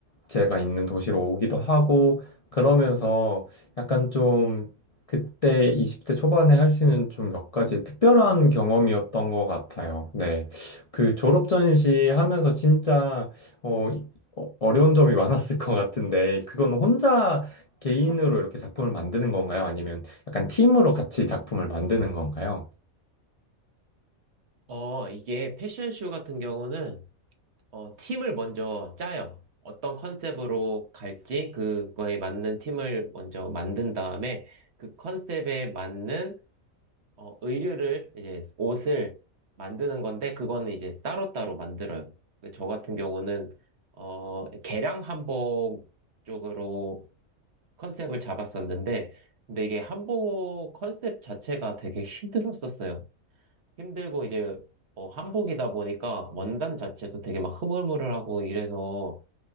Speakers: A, on the left (about 40°); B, on the right (about 55°).
A: 제가 있는 도시로 오기도 하고 그러면서 약간 좀 그때 20대 초반에 할 수 있는 좀 몇 가지 특별한 경험이었던 것 같아요. 네. 그 졸업 전시 하면서 진짜 어, 어- 어려운 점이 <laughs> 많았을 것 같은데 그건 혼자 개인으로 이렇게 작품을 만드는 건가요? 아니면 약간 팀으로 같이 작품을 만드는 건가요?
B: 어, 이게 패션쇼 같은 경우는 어, 팀을 먼저 짜요. 어떤 컨셉으로 갈지 그거에 맞는 팀을 먼저 만든 다음에 그 컨셉에 맞는 어, 의류를 이제 옷을 만드는 건데 그거는 이제 따로따로 만들어요. 그저 같은 경우는 어, 개량 한복 쪽으로 컨셉을 잡았었는데 근데 이게 한복 컨셉 자체가 되게 힘들었었어요. 힘들고 이제 어, 한복이다 보니까 원단 자체도 되게 막 흐물흐물하고 이래서